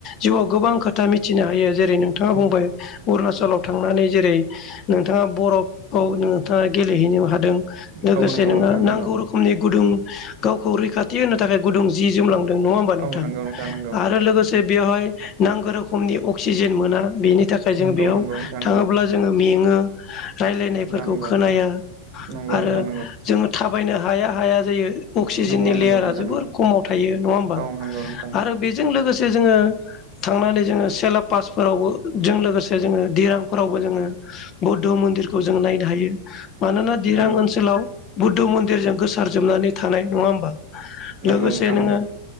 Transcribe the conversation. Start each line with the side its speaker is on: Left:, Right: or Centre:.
Left: जिउआव गोबां खोथा मिथिनो हायो जेरै नोंथाङा
Right: औ
Left: बुंबाय अरुणाचलाव थांनानै जेरै नोंथाङा बरफ नोंथाङा गेलेहैनो हादों लोगोसे
Right: औ नंगौ
Left: नोङो
Right: नोंथां नंगौ
Left: नांगौ रोखोमनि गुदुं गावखौ रैखा <unintelligible> थाखाय गुदुं जि जोम लांदों नङा होमबा नोंथां
Right: औ नंगौ नंगौ
Left: आरो लोगोसे बेयाव बेहाय नांगौ रोखोमनि अक्सिजेन मोना बेनि थाखाय जोङो
Right: नंगौ
Left: बेयाव
Right: नंगौ नोंथां
Left: थाङोब्ला जोङो मेङो रायलायनाय फोरखौ
Right: नंगौ
Left: खोनाया
Right: नंगौ
Left: आरो
Right: नोंथां नंगौ
Left: जोङो थाबायनो हाया। हाया जायो अक्सिजेननि
Right: नंगौ नोंथां
Left: लेयारा
Right: नंगौ नोंथां
Left: जोबोर
Right: नंगौ
Left: खमाव थायो नङा होमबा
Right: औ नंगौ नोंथां
Left: आरो बेजों लोगोसे जोङो थांनानै जोङो सेला पासफोरावबो जों लोगोसे जोङो दिरां फोरावबो जोङो बुद्ध मन्दिरखौ जों नायनो हायो मानोना दिरां
Right: नंगौ
Left: ओनसोलाव बुद्ध मन्दिरजों गोसार जोबनानै थानाय नङा होमबा
Right: नंगौ
Left: लोगोसे
Right: नोंथां
Left: नोङो
Right: नंगौ